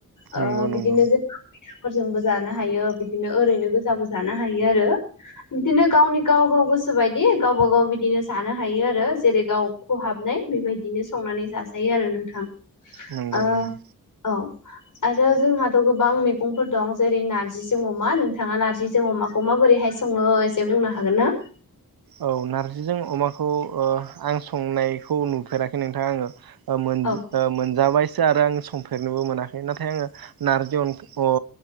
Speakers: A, on the left; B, on the right.
A: ओ
B: नंगौ नंगौ
A: बिदिनो ज फोरफोरजोंबो जानो हायो बिदिनो ओरैनो गोजाबो जानो हायो आरो। बिदिनो गावनि गाव गाव गोसोबायदि गावबा गाव बिदिनो जानो हायो आरो जेरै गाव खहाबनाय बेबायदिनो संनानै जाजायो आरो नोंथां।
B: नंगौ
A: ओ
B: नंगौ।
A: औ आरो जोंहाथ' गोबां मैगंफोर दं जेरै नारजिजों अमा नोंथाङा नारजि। जि जोङो माखौ माबोरैहाय सङो एसे बुंनो हागोन ना?
B: औ नारजिजों अमाखौ ओ आं संनायखौ नुफेराखै नोंथां आङो। ओ मोन
A: औ
B: मोनजाबाय। जा आरो आं संफेरनोबो मोनाखै नाथाय आङो नारजि अन ओ